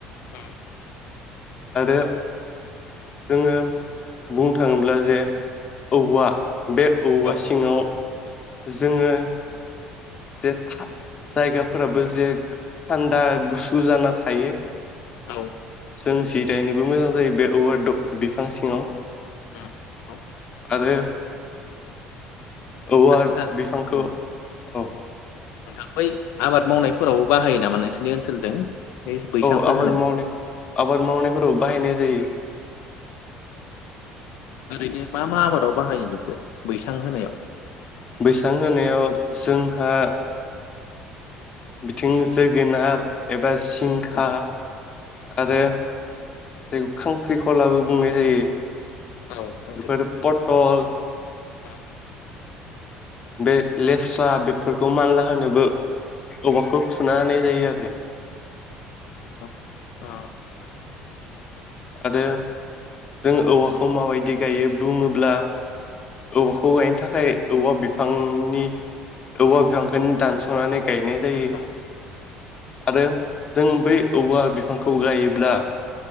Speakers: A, on the left; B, on the left.
A: उम
B: आरो जोङो बुंनो थाङोब्ला जे औवा बे औवा
A: औ
B: सिङाव जोङो। जे था जायगाफोराबो जे थान्दा गुसु जाना थायो
A: औ उम
B: जों जिरायनोबो मोजां जायो बे औवा द' बिफां सिङाव
A: नंगौ
B: आरो औ
A: आदसा
B: आरो बिफांखौ
A: उम
B: औ।
A: नोंथां आबाद मावनायफोरावबो बाहायो नामा नोंसोरनि ओनसोलजों बै बैसांफोर
B: औ आबाद
A: होनो?
B: मावनाय आबाद मावनायफोराव बाहायनाय जायो।
A: ओरैनो मा मा आबादाव बाहायो बेखो? बैसां होनायाव
B: बैसां होनायाव जोंहा बिथिं जोगोनार एबा सिंखा
A: औ
B: आरो जायखौ खांख्रिखलाबो बुंनाय जायो
A: औ नोंथां
B: बेफोर पट टल
A: <inaudible>
B: बे लेस्रा बेफोरखौ मानला होनोबो अवाखौ सुनानै जायो आरो।
A: औ औ।
B: आरो जों औवाखौ
A: माने
B: माबायदि गायो बुङोब्ला औवाखौ गायनो थाखाय औवा बिफांनि औवा बिफांखौनो दानस'नानै गायनाय जायो।
A: औ
B: आरो जों बै औवा बिफांखौ गायोब्ला